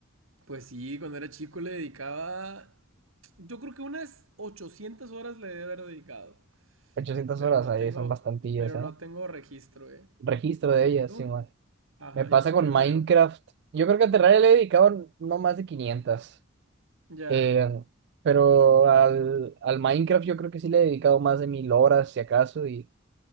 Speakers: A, on the right (about 90°); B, on the right (about 60°).
A: pues sí, cuando era chico le dedicaba, yo creo que unas 800 horas le debe haber dedicado,
B: ochocientas
A: pero
B: horas
A: no
B: ahí
A: tengo,
B: son bastantillas,
A: pero
B: ¿eh?
A: no tengo registro, ¿eh?
B: Registro de ellas,
A: ¿Tú?
B: sí, man.
A: Ajá,
B: Me pasa
A: ¿y tú
B: con
A: qué
B: Minecraft.
A: rollo?
B: Yo creo que a Terraria le he dedicado no más de quinientas
A: Ya,
B: Eh, pero al, al Minecraft yo creo que sí le he dedicado más de 1000 horas, si acaso, y,